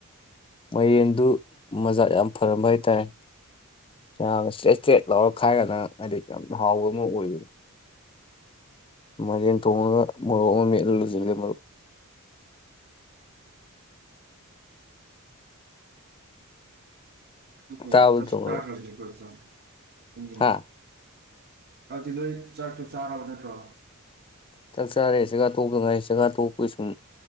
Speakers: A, on the left (about 25°); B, on the right (about 45°).
A: ꯃꯥꯏꯔꯦꯟꯗꯨ ꯃꯖꯥ ꯌꯥꯝ ꯐꯔꯝꯕ ꯍꯥꯏꯇꯥꯔꯦ ꯌꯥꯝꯅ ꯏꯁꯇ꯭ꯔꯦꯠ ꯏꯁꯇ꯭ꯔꯦꯠ ꯂꯥꯎꯔ ꯈꯥꯏꯔꯒꯅ ꯍꯥꯏꯗꯤ ꯌꯥꯝ ꯍꯥꯎꯕ ꯑꯃ ꯑꯣꯏꯕꯅꯤ ꯃꯔꯤꯟ ꯇꯣꯡꯉꯒ ꯃꯣꯔꯣꯛ ꯑꯃ ꯃꯦꯠꯂꯥꯒ ꯂꯣꯏꯁꯤꯟꯈꯔꯦ ꯃꯔꯨꯞ
B: <unintelligible>
A: ꯇꯥꯕ ꯅꯠꯇ꯭ꯔꯣ ꯃꯔꯨꯞ
B: ꯎꯝ
A: ꯍꯥ
B: ꯑꯗꯨꯗꯤ ꯅꯣꯏ ꯆꯥꯛꯠꯇꯨ ꯆꯥꯔꯕ ꯅꯠꯇ꯭ꯔꯣ
A: ꯆꯥꯛ ꯆꯥꯔꯦ ꯆꯦꯒꯥ ꯇꯣꯛꯇ ꯉꯥꯏ ꯆꯦꯒꯥꯥ ꯇꯣꯛꯄꯒꯤ ꯁꯨꯝ